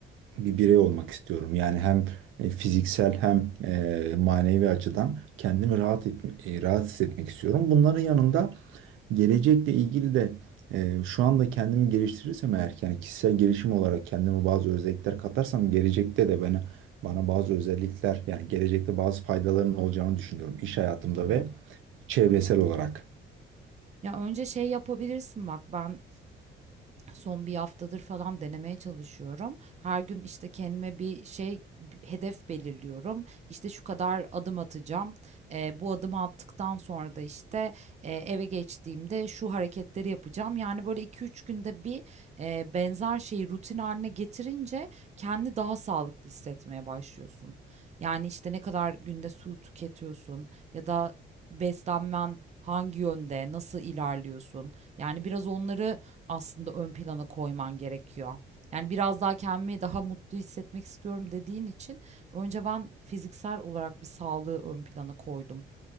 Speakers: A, on the right (about 80°); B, on the right (about 35°).
A: bir birey olmak istiyorum. Yani hem e, fiziksel hem e, manevi açıdan kendimi rahat et, e, rahat hissetmek istiyorum. Bunların yanında gelecekle ilgili de e, şu anda kendimi geliştirirsem eğer yani kişisel gelişim olarak kendime bazı özellikler katarsam gelecekte de bana bana bazı özellikler yani gelecekte bazı faydaların olacağını düşünüyorum iş hayatımda
B: Tabii.
A: ve çevresel olarak.
B: Ya, önce şey yapabilirsin bak, ben, Son bir haftadır falan denemeye çalışıyorum. Her gün, işte, kendime bir şey, b hedef belirliyorum. İşte, şu kadar adım atacağım. Eee, bu adımı attıktan sonra da, işte, eee, eve geçtiğimde şu hareketleri yapacağım. Yani, böyle iki üç günde bir, eee, benzer şeyi rutin haline getirince kendi daha sağlıklı hissetmeye başlıyorsun. Yani, işte, ne kadar günde su tüketiyorsun ya da beslenmen hangi yönde, nasıl ilerliyorsun? Yani, biraz onları aslında ön plana koyman gerekiyor. Yani biraz daha kendimi daha mutlu hissetmek istiyorum dediğin için önce ben fiziksel olarak bir sağlığı ön plana koydum.